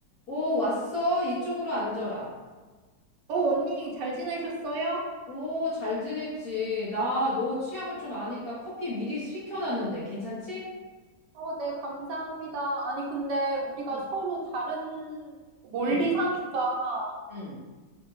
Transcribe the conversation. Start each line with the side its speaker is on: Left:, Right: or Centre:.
Left: 오, 왔어. 이쪽으로 앉아라.
Right: 어, 언니, 잘 지내셨어요?
Left: 오, 잘 지냈지. 나 너 취향을 좀 아니까 커피 미리 시켜놨는데 괜찮지?
Right: 어, 네, 감사합니다. 아니, 근데 우리가
Left: 응,
Right: 서로 다른, 멀리
Left: 응,
Right: 사니까,
Left: 응.